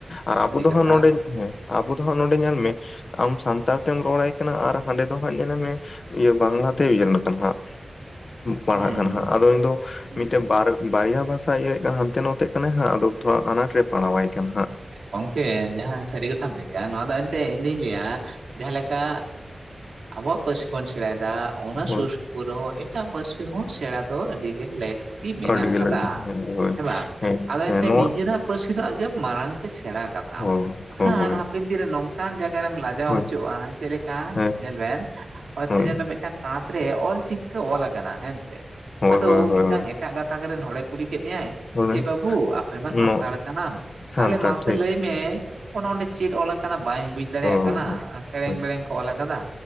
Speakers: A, on the left; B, on the right.
A: ᱟᱨ ᱟᱵᱚ
B: ᱥᱟᱹᱨᱤ
A: ᱫᱚ
B: ᱠᱟᱛᱷᱟ
A: ᱦᱟᱸᱜ ᱱᱚᱸᱰᱮ ᱦᱮᱸ ᱟᱵᱚ ᱫᱚ ᱦᱟᱸᱜ ᱱᱚᱸᱰᱮ ᱧᱮᱞ ᱢᱮ ᱟᱢ ᱥᱟᱱᱛᱟᱲ ᱛᱮᱢ ᱨᱚᱲᱟᱭ ᱠᱟᱱᱟ ᱟᱨ ᱦᱟᱸᱰᱮ ᱫᱚ ᱦᱟᱸᱜ ᱧᱮᱞᱮᱢᱮ ᱤᱭᱟᱹ ᱵᱟᱝᱞᱟᱛᱮ ᱤᱭᱮᱞ ᱟᱠᱟᱱᱟ ᱦᱟᱸᱜ᱾ ᱯᱟᱲᱦᱟᱜ
B: ᱦᱩᱸ
A: ᱠᱟᱱᱟ ᱦᱟᱸᱜ ᱟᱫᱚ ᱤᱧ ᱫᱚ
B: ᱦᱩᱸ᱾
A: ᱢᱤᱫᱴᱮᱱ ᱵᱟᱨ ᱵᱟᱨᱭᱟ ᱵᱷᱟᱥᱟ ᱤᱭᱟᱹ ᱦᱟᱱᱛᱮ ᱱᱚᱛᱮᱜ ᱠᱟᱱᱟᱭ ᱦᱟᱸᱜ ᱟᱫᱚ ᱛᱷᱚᱲᱟ ᱟᱱᱟᱴ ᱨᱮ ᱯᱟᱲᱟᱣᱟᱭ ᱠᱟᱱᱟ ᱦᱟᱸᱜ
B: ᱜᱚᱝᱠᱮ ᱡᱟᱦᱟᱸ ᱥᱟᱹᱨᱤ ᱠᱟᱛᱷᱟᱢ ᱞᱟᱹᱭ ᱱᱚᱣᱟ ᱫᱚ ᱮᱱᱛᱮ ᱤᱧ ᱫᱩᱧ ᱞᱟᱹᱭᱟ ᱡᱟᱦᱟᱸᱞᱮᱠᱟ ᱟᱵᱚᱣᱟᱜ ᱯᱟᱹᱨᱥᱤ ᱵᱚᱱ ᱥᱮᱬᱟᱭᱮᱫᱟ᱾ ᱚᱱᱟ
A: ᱦᱳᱭ
B: ᱥᱩᱨ ᱥᱩᱯᱩᱨ ᱨᱮᱦᱚᱸ ᱮᱴᱟᱜ ᱯᱟᱹᱨᱥᱤ ᱦᱚᱸ ᱥᱮᱬᱟ ᱫᱚ ᱟᱹᱰᱤ ᱞᱟᱹᱠᱛᱤ ᱢᱮᱱᱟᱜ
A: ᱟᱹᱰᱤ ᱜᱮ
B: ᱟᱠᱟᱫᱟ
A: ᱞᱟᱹᱠᱛᱤ ᱦᱮᱸ ᱦᱳᱭ
B: ᱦᱮᱸ ᱵᱟᱝ?
A: ᱦᱮᱸ
B: ᱟᱫᱚ
A: ᱦᱮᱸ
B: ᱮᱱᱛᱮ
A: ᱱᱚᱣᱟ
B: ᱱᱤᱡᱮᱨᱟᱜ ᱯᱟᱹᱨᱥᱤ ᱫᱚ ᱟᱜᱮ ᱢᱟᱲᱟᱝ ᱛᱮ ᱥᱮᱬᱟ ᱠᱟᱛᱟᱢ
A: ᱦᱳᱭ
B: ᱾ᱵᱟᱠᱷᱟᱱ
A: ᱦᱳᱭ
B: ᱢᱤᱫ ᱫᱤᱱ ᱨᱮ ᱱᱚᱝᱠᱟᱱ ᱡᱟᱜᱟ ᱨᱮᱢ ᱞᱟᱡᱟᱣ
A: ᱦᱳᱭ
B: ᱦᱚᱪᱚᱜ-ᱟ, ᱪᱮᱫ ᱞᱮᱠᱟ
A: ᱦᱮᱸ
B: ᱧᱮᱞ ᱵᱮᱱ ᱦᱳᱭᱛᱚ
A: ᱦᱳᱭ
B: ᱧᱮᱞ ᱢᱮ ᱢᱤᱫᱴᱟᱝ ᱠᱟᱸᱛ ᱨᱮ ᱚᱞᱪᱤᱠᱤ ᱛᱮ ᱚᱞ ᱟᱠᱟᱱᱟ ᱦᱮᱱᱛᱮ
A: ᱦᱳᱭ
B: ᱟᱫᱚ
A: ᱦᱳᱭ ᱦᱳᱭ
B: ᱢᱤᱫᱴᱟᱝ ᱮᱴᱟᱜ ᱜᱟᱛᱟᱠ ᱨᱮᱱ ᱦᱚᱲᱮ ᱠᱩᱞᱤ ᱠᱮᱫ ᱢᱮᱭᱟᱭ,
A: ᱦᱳᱭ
B: ᱮ ᱵᱟᱹᱵᱩ ᱟᱯᱮ ᱢᱟ ᱥᱟᱱᱛᱟᱲ
A: ᱱᱚ
B: ᱠᱟᱱᱟᱢ
A: ᱥᱟᱱᱛᱟᱲ
B: ᱛᱟᱦᱚᱞᱮ ᱢᱟᱥᱮ
A: ᱴᱷᱤᱠ
B: ᱞᱟᱹᱭ ᱢᱮ ᱚᱸᱰᱮ ᱪᱮᱫ ᱚᱞ ᱟᱠᱟᱱᱟ ᱵᱟᱹᱧ ᱵᱩᱡ ᱫᱟᱲᱮᱭᱟᱜ
A: ᱦᱳᱭ
B: ᱠᱟᱱᱟ?
A: ᱦᱳᱭ
B: ᱠᱮᱨᱮᱝ
A: ᱦᱳᱭ
B: ᱵᱮᱲᱮᱝ ᱠᱚ ᱚᱞ ᱟᱠᱟᱫᱟ